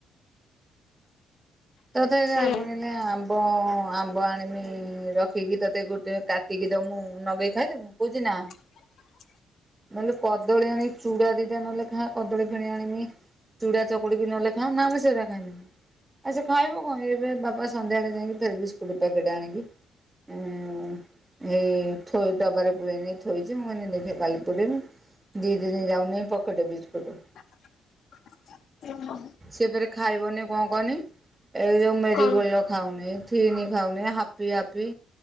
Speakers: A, on the right; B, on the left.
A: ତଥାବି ବାପା
B: ହୁଁ
A: କହିଲେ ଆମ୍ବ ଆମ୍ବ ଆଣିବି ରଖିକି ତତେ ଗୋଟୋ କା ଟିକି ଦମୁଁ ନଗେଇ ଖାଇଦବୁ କହୁଚି ନା
B: ହ
A: ନେହେଲେ କଦଳୀ ଆଣି ଚୁଡା ଦିଟା ନହେଲେ ଖା କଦଳୀ କିଣି ଆଣିବି ଚୁଡା ଚକୁଡି କି ନହଲେ ଖା ନା ମୁଁ ସେଗୁରା ଖାଇମିନି। ଆଉ ସେ ଖାଇବ କଣ ଏବେ ବାପା ସନ୍ଧ୍ୟାରେ ଯାଇଁକି ଫେର ବିସ୍କୁଟ୍ ପ୍ୟାକେଟ୍ ଆଣିକି ଇଁ ହେଇ ଥୋଇ ଡବାରେ ପୂରେଇନି ଥୋଇଚି ମୁଁ କହିନି ଦେଖେ କାଲି ପୁରେଇମି। ଦି ଦିନ ଯାଉନି ପକଟେ ବିସ୍କୁଟ
B: <inaudible> ହୁଁ
A: ସେ ଫେରେ ଖାଇବନି କଣ କହନି? ଏଯୋଉ ମେରିଗୋଲଡ
B: କଣ
A: ଖାଉନେଇ ଥିନି ଖାଉନେଇ ହାପି ହାପି